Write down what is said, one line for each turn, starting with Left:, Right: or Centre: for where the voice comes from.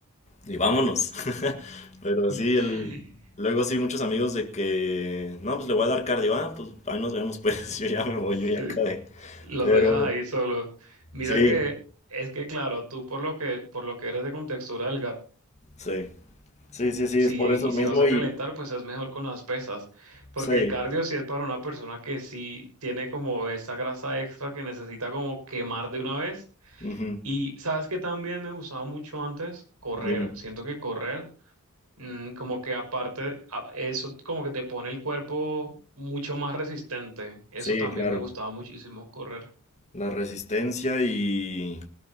Left: y vámonos. <laughs> Pero sí,
Right: <laughs>
Left: el, luego sí, muchos amigos de que, no, pues le voy a dar cardio, ah, pues ahí nos vemos, pues <laughs> yo ya me voy,
Right: Sí,
Left: yo ya acabé.
Right: los
Left: Pero
Right: dejas ahí solo. Mira
Left: sí,
Right: que es que claro, tú por lo que por lo que eres de contextura delgada,
Left: Sí, sí, sí, sí,
Right: sí,
Left: es por
Right: y
Left: eso
Right: si
Left: mismo
Right: vas a calentar,
Left: y
Right: pues es mejor con las pesas, porque
Left: sí,
Right: el cardio sí es para una persona que sí tiene como esta grasa extra que necesita como quemar de una vez.
Left: ujú,
Right: Y sabes que también me gustaba mucho antes correr.
Left: dime,
Right: Siento que correr, mm, como que aparte, a- eso como que te pone el cuerpo mucho más resistente. Eso
Left: sí,
Right: también
Left: claro,
Right: me gustaba muchísimo correr.
Left: la resistencia y,